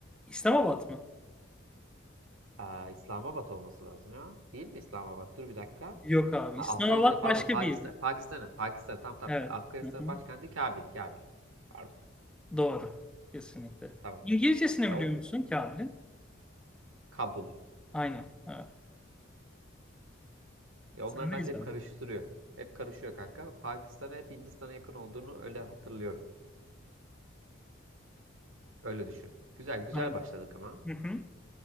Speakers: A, in the centre; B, on the right.
A: İslamabad mı?
B: Aa, İslamabad olması lazım ya. Değil mi İslamabad? Dur bir dakika.
A: Yok abi.
B: Ha,
A: İslamabad
B: Afganistan pardon
A: başka
B: Pakistan
A: bir yer.
B: Pakistan'ın Pakistan tam tam
A: Evet.
B: Afganistan'ın
A: Hı hı.
B: başkenti Kabil Kabil. Pardon.
A: Doğru. Kesinlikle.
B: Tamam.
A: İngilizcesini
B: Ya
A: biliyor
B: o
A: musun Kabil'in?
B: Kabul.
A: Aynen. Evet.
B: Ya
A: Sen
B: onlar
A: de
B: bende
A: izledin.
B: hep karıştırıyor. Hep karışıyor kanka. Pakistan'a hep Hindistan'a yakın olduğunu öyle hatırlıyorum. Öyle düşün. Güzel güzel
A: Anladım.
B: başladık ama.
A: Hı hı.